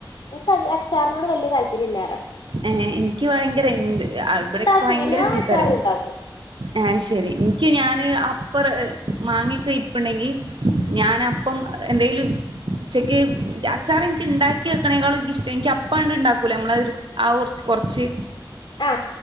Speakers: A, on the left; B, on the right.
A: ഇൻക്കച്ചാറിനോട് വല്യ താല്പര്യല്ലാറ്യ
B: ഏഹ് ഇൻക്ക്യി ഭയങ്കര ഇന്റ് ആൾ ബെഡെക്കെ
A: ഇണ്ടാക്കും
B: ഭയങ്കര
A: എല്ലാ
B: ചീത്തറിം
A: അച്ചാറും ഉണ്ടാക്കും
B: ആഹ് ശെരി ഇൻക്ക്യി ഞാന് അപ്പറ് മാങ്ങിയൊക്കെ ഇപ്പണ്ടെങ്കി ഞാനപ്പം എന്തേലും ഉച്ചയ്ക്ക് അച്ചാറിൻക്ക്യിണ്ടാക്കി വെക്കണേക്കാളും ഇൻക്ക്യിഷ്ടം എനിക്കിപ്പാണ്ട്ണ്ടാക്കൂലേ ഞമ്മളഹ് രു ആഹ് ഒർച്ച് കൊർച്ച്
A: ആ